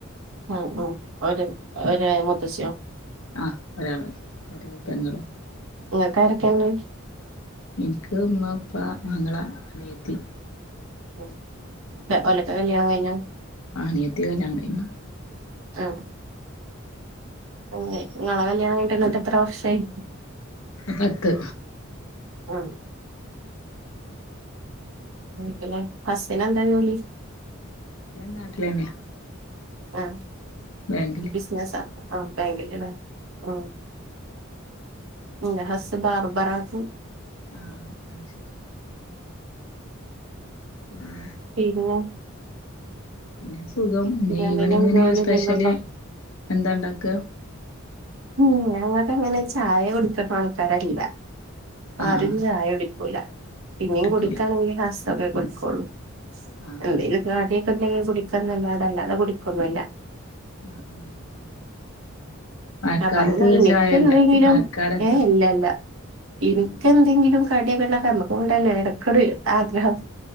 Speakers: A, on the right (about 75°); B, on the left (about 85°).
A: അ അ ഒര ഒരെ മുത്തശ്യോ
B: ആഹ് ഒരാള് ഒര് പെങ്ങളും
A: നിങ്ങക്കാരൊക്കെ ഇണ്ട്
B: എനിക്ക് ഉമ്മഉപ്പ ആങ്ങളാ അനിയത്തി
A: മ് പെ ഓലക്കെ കല്യാണം കഴിഞ്ഞ
B: ആ അനിയത്തി കല്യാണം കഴിഞ്ഞു
A: അ അങ്ങനെ നിങ്ങളെ കല്യാണംകഴിഞ്ഞിട്ടിന്നെക്കെത്ര വർഷായി
B: പത്ത്
A: ആ ക്ക്‌ലേ ഹസ്സിനെന്താ ജോലി
B: നാട്ടിലെന്നെയാ
A: ആ
B: ബാങ്കില്
A: ബിസിനസാ ആ ബാങ്കില് ലേ ആ എന്റെ ഹസ്സ് ബാർബറാന്ന്
B: ആഹ് അത്ശെരി പിന്നെ
A: പിന്നെ
B: പിന്നെ സുഖം ഇന്നീവനിങ്ങിന്
A: പിന്നെ എന്തെങ്കിലും ജോലി
B: സ്പെഷ്യല്
A: എന്തെങ്കിലും ഉണ്ടോ
B: എന്താണ്ടാക്ക്അ
A: ഉം ഞങ്ങക്കങ്ങനെ ചായ കുടുക്കുന്നാൾക്കാരല്ല
B: ആഹ്
A: ആരും ചായ കുടിക്കൂല പിന്നെയും
B: എടുക്കൂല
A: കുടിക്കാണെങ്കിൽ ഹസ്സൊക്കേ കുടിക്കൂളൂ
B: ആഹ്
A: എന്തേലൊക്കാട്ടി ഇപ്പെന്തെങ്കി കുടിക്കണന്നല്ലാതെ അല്ലാതെ കുടിക്കൊന്നുല്ല
B: ആഹ് ആഹ് മഴക്കാലത്ത്
A: അപ്പങ്ങനെ എനിക്കെന്തെങ്കിലും
B: ചായയല്ല മഴക്കാലത്ത്
A: ഏ ഇല്ലല്ല എനിക്കെന്തെങ്കിലും
B: ആഹ്
A: കടിയൊക്ക്ണ്ടാക്കാ നമക്കുണ്ടല്ലോ എടക്കൊരു ആഗ്രഹം